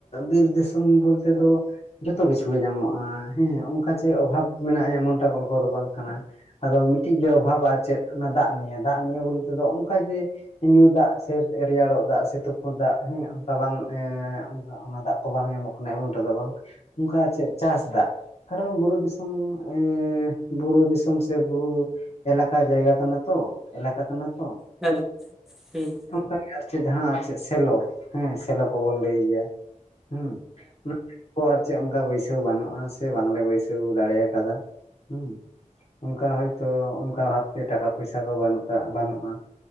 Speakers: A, on the left; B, in the centre.
A: ᱵᱤᱨ ᱫᱤᱥᱚᱢ ᱵᱚᱞᱛᱮ ᱫᱚ ᱾ ᱡᱷᱚᱛᱚ ᱠᱤᱪᱷᱩ ᱜᱮ ᱧᱟᱢᱚᱜᱼᱟ ᱦᱮᱸ ᱚᱱᱠᱟ ᱡᱮ ᱚᱵᱷᱟᱵ ᱢᱮᱱᱟᱜᱼᱟ ᱮᱢᱚᱱᱴᱟᱜ ᱜᱚᱞᱯᱚ ᱫᱚ ᱵᱟᱝ ᱠᱟᱱᱟ ᱾ ᱟᱫᱚ ᱢᱤᱫᱴᱤᱡ ᱜᱮ ᱚᱵᱷᱟᱵ ᱟᱨ ᱪᱮᱜ ᱚᱱᱟ ᱫᱟᱜ ᱱᱤᱭᱮ ᱫᱟᱜ ᱱᱤᱭᱮ ᱵᱚᱞᱛᱮᱫᱚ ᱚᱱᱠᱟ ᱜᱮ ᱾ ᱧᱩ ᱫᱟᱜ ᱥᱮ ᱨᱮᱭᱟᱲᱚᱜ ᱫᱟᱜ ᱥᱮ ᱛᱩᱯ ᱯᱤ ᱫᱟᱜ ᱦᱮᱸ ᱚᱱᱠᱟ ᱵᱟᱝ <inaudible> ᱚᱱᱟ ᱫᱟᱜ ᱠᱚ ᱵᱟᱝ ᱧᱟᱢᱚᱜ ᱠᱟᱱᱟ ᱮᱢᱚᱱ ᱴᱟ ᱫᱚ ᱵᱟᱝ ᱾ ᱩᱝᱠᱟ ᱟᱨ ᱪᱮᱜ ᱪᱟᱥ ᱫᱟᱜ ᱾ ᱠᱟᱨᱚᱱ ᱵᱩᱨᱩ ᱫᱤᱥᱚᱢ <inaudible> ᱵᱩᱨᱩ ᱫᱤᱥᱚᱢ ᱥᱮ ᱵᱩᱨᱩ ᱾ ᱮᱞᱟᱠᱟ ᱡᱟᱭᱜᱟ ᱠᱟᱱᱟ ᱛᱚ ᱮᱞᱟᱠᱟ ᱠᱟᱱᱟ ᱾
B: ᱦᱮᱸ ᱦᱩᱸ ᱾
A: ᱚᱱᱠᱟ ᱜᱮ ᱟᱨ ᱪᱮᱫ ᱡᱟᱦᱟᱸ ᱟᱨ ᱪᱮᱫ ᱥᱮᱞᱚ ᱦᱮᱸ ᱥᱮᱞᱚ ᱠᱚᱵᱚᱱ ᱞᱟᱹᱭ ᱜᱮᱭᱟ ᱾ ᱦᱮᱸ <unintelligible> ᱠᱚ ᱟᱨ ᱪᱮᱫ ᱚᱱᱠᱟ ᱵᱟᱹᱭᱥᱟᱹᱣ ᱵᱟᱹᱱᱩᱜᱼᱟ ᱥᱮ ᱵᱟᱝᱞᱮ ᱵᱟᱹᱭᱥᱟᱹᱣ ᱫᱟᱲᱮᱣᱟ ᱠᱟᱫᱟ ᱦᱩᱸ ᱾ ᱚᱱᱠᱟ ᱦᱚᱭᱛᱚ ᱚᱱᱠᱟ ᱵᱷᱟᱵᱛᱮ ᱴᱟᱠᱟ ᱯᱚᱭᱥᱟ ᱠᱚ ᱵᱟᱹᱱᱩᱜ ᱵᱟᱹᱱᱩᱜᱼᱟ ᱾